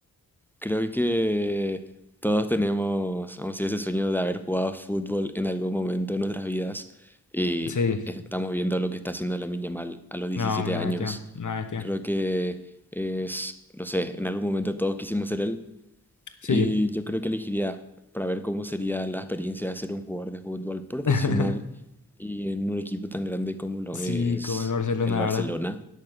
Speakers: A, in the centre; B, on the left.
A: Creo que todos tenemos, vamos a decir, ese sueño de haber jugado fútbol en algún momento de nuestras vidas y
B: Sí,
A: estamos viendo lo que está haciendo Lamine Yamal a los 17
B: no, una
A: años.
B: bestia, una bestia.
A: Creo que es, no sé, en algún momento todos quisimos ser él
B: Sí,
A: Y yo creo que elegiría para ver cómo sería la experiencia de ser un jugador de fútbol profesional
B: <laughs>
A: y en un equipo tan grande como lo
B: sí,
A: es
B: como el Barcelona,
A: el Barcelona,
B: ¿verdad?